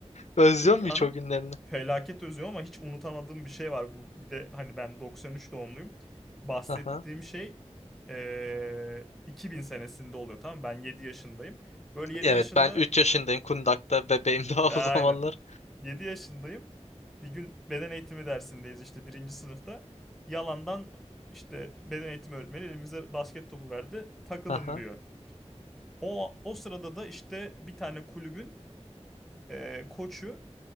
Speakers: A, on the left; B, in the centre.
A: Özlüyor
B: İlk
A: musun
B: anım
A: hiç o günlerini?
B: felaket özlüyorum ama hiç unutamadığım bir şey var. Bu bir de hani ben 93 doğumluyum. Bahsettiğim
A: Aha.
B: şey eee, 2000 senesinde oluyor tamam mı? Ben 7 yaşındayım. Böyle 7
A: Evet
B: yaşında
A: ben 3 yaşındayım Kundak'ta. Bebeğim daha o
B: aynen
A: zamanlar.
B: 7 yaşındayım. Bir gün beden eğitimi dersindeyiz işte birinci sınıfta. Yalandan işte beden eğitimi öğretmeni elimize basket topu verdi. Takılın
A: Aha.
B: diyor. O, o sırada da işte bir tane kulübün eee, koçu